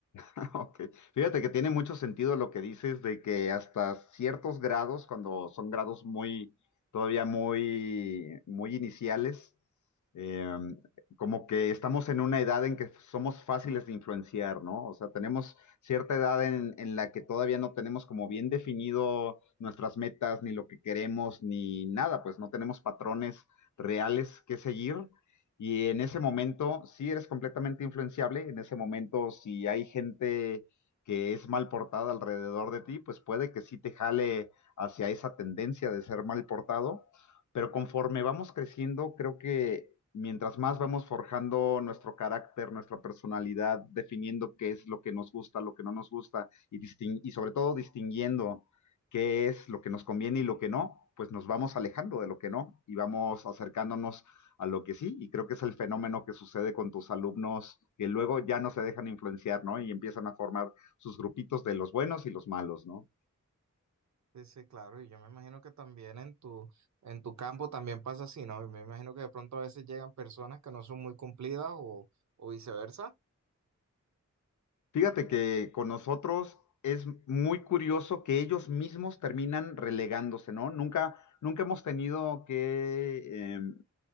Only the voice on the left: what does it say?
<laughs> Ok. Fíjate que tiene mucho sentido lo que dices de que hasta ciertos grados, cuando son grados muy, todavía muy, muy iniciales, eh, como que estamos en una edad en que somos fáciles de influenciar, ¿no? O sea, tenemos cierta edad en, en la que todavía no tenemos como bien definido nuestras metas, ni lo que queremos, ni nada, pues no tenemos patrones reales que seguir. Y en ese momento sí eres completamente influenciable, en ese momento si hay gente que es mal portada alrededor de ti, pues puede que sí te jale hacia esa tendencia de ser mal portado, pero conforme vamos creciendo, creo que mientras más vamos forjando nuestro carácter, nuestra personalidad, definiendo qué es lo que nos gusta, lo que no nos gusta y, distin- y sobre todo distinguiendo qué es lo que nos conviene y lo que no, pues nos vamos alejando de lo que no y vamos acercándonos a lo que sí, y creo que es el fenómeno que sucede con tus alumnos que luego ya no se dejan influenciar, ¿no? Y empiezan a formar sus grupitos de los buenos y los malos, ¿no?
Fíjate que con nosotros es muy curioso que ellos mismos terminan relegándose, ¿no? Nunca, nunca hemos tenido que, em,